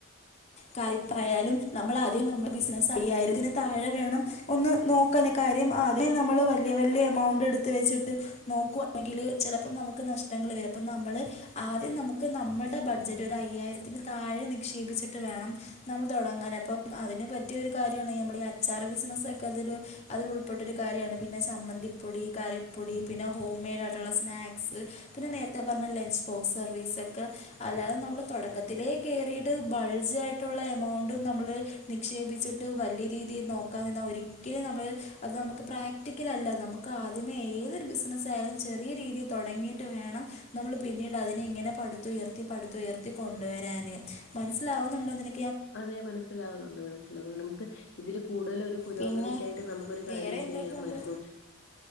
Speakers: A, on the left (about 30°); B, on the left (about 55°).
A: കറിപ്പായാലും നമ്മൾ ആദ്യം നമ്മുടെ ബിസിനസ്സ് അയ്യായിരത്തിന് താഴെ വേണം ഒന്ന് നോക്കാന് കാര്യം ആദ്യം നമ്മള് വല്ല്യ വല്ല്യ എമൗണ്ട് എട്ത്ത് വെച്ചിട്ട് നോക്കുവാണെങ്കില് ചെലപ്പം നമുക്ക് നഷ്ടങ്ങള് വരും അപ്പം നമ്മള് ആദ്യം നമുക്ക് നമ്മടെ ബഡ്ജറ്റ് ഒരയ്യായ്രത്തിന് താഴെ നിക്ഷേപിച്ചി ട്ട് വേണം നമ്മൾ തൊടങ്ങാൻ അപ്പം അതിന് പറ്റിയ ഒരു കാര്യാണ് നമ്മള് ഈ അച്ചാർ ബിസിനസ്സെക്കെ അതൊര് അതിൽ ഉൾപ്പെട്ടൊരു കാര്യാണ് പിന്നെ ചമ്മന്തിപ്പൊടി കറിപ്പൊടി പിന്നെ ഹോം മെയ്ഡ് ആയ്ട്ടുള്ള സ്നാക്സ് പിന്നെ നേര്ത്തെ പർഞ്ഞെ ലഞ്ച് ബോക്സ് സർവീസൊക്കെ അല്ലാതെ നമ്മള് തൊടക്കത്തിലേ കേറീട്ട് ബൾ ജായിട്ടൊള്ള എമൗണ്ടും നമ്മള് നിക്ഷേപിച്ചിട്ട് വല്ല്യ രീതീ നോക്കാ നിന്നാ ഒരി ക്കലും നമ്മൾ അത് നമ്മക്ക് പ്രാക്ടിക്കലല്ല നമുക്കാദ്യമേ ഏതൊരു ബിസിനസ്സായാലും ചെറിയ രീതീ തൊടങ്ങി ട്ട് വേണം നമ്മള് പിന്നീട് അതിനെ ഇങ്ങനെ പടുത്തുയർത്തി പടുത്തയർത്തി കൊണ്ടുവരാന് മൻസ് ലാവുന്നുണ്ടോ നിന
B: അതെ മനസ്സിലാവുന്നുണ്ട് മനസ്സിലാവുന്നുണ്ട് ക്ക് ഇതില് കൂടുതല് ഒരു പുരോഗതിക്കായിട്ട്
A: പിന്നെ
B: നമുക്കൊരു കാര്യം
A: വേറെ എന്തൊക്കെയുണ്ട്
B: ചെയ്യാമായിരുന്നു